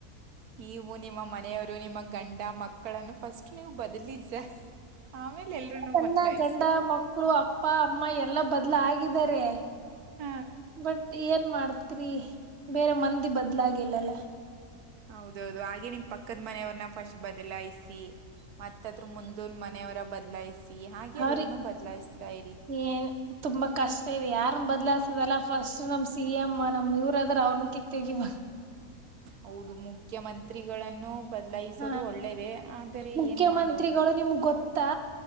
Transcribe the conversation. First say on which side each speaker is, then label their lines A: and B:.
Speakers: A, on the right; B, on the right.
A: ನೀವು ನಿಮ್ಮ ಮನೆಯವರು ನಿಮ್ಮ ಗಂಡ ಮಕ್ಕಳನ್ನು ಫಸ್ಟ್ ನೀವು ಬದ್ಲಿಸ ಆಮೇಲ ಎಲ್ರುನು
B: ನನ್ನ
A: ಬದಲಾಯಿಸಿ.
B: ಗಂಡ ಮಕ್ಕಳು ಅಪ್ಪ ಅಮ್ಮ ಎಲ್ಲಾ ಬದ್ಲ ಆಗಿದ್ದಾರೆ.
A: ಹ
B: ಬಟ್ ಏನ್ ಮಾಡ್ತ್ರಿ ಬೇರೆ ಮಂದಿ ಬದ್ಲಾಗಿಲ್ಲಲ್ಲ.
A: ಹೌದೌದು ಹಾಗೆ ನಿಮ್ ಪಕ್ಕದ ಮನೆಯವ್ರನ್ನ ಫಸ್ಟ್ ಬದಲಾಯಿಸಿ. ಮತ್ತ ಅದ್ರ ಮುಂದಲ್ ಮನೆಯವರ ಬದ್ಲಾಯ್ಸಿ ಹಾಗೆ
B: ಅವ್ರಿ
A: ಎಲ್ರನು ಬದ್ಲಾಯಿಸತಾ ಇರಿ.
B: ಏನ್ ತುಂಬಾ ಕಷ್ಟ ಇದೆ ಯಾರನ್ನ ಬದ್ಲಾಸದಲ್ಲ ಫಸ್ಟ್ ನಮ್ ಸಿ ಎಮ್ ನಮ್ ಇವರ ಅದರ್ ಅವರ್ನ್ ಕಿತ್ತ ಒಗಿಬೇಕ
A: ಹೌದು ಮುಖ್ಯಮಂತ್ರಿಗಳಗಳನ್ನು ಬದ ಲಾಯಿಸುವುದು
B: ಹ
A: ಒಳ್ಳೇದೇ ಆದರೆ
B: ಮುಖ್ಯಮಂತ್ರಿಗಳು
A: ಏನ ಮಾಡೋದು?
B: ನಿಮ್ಗ್ ಗೊತ್ತಾ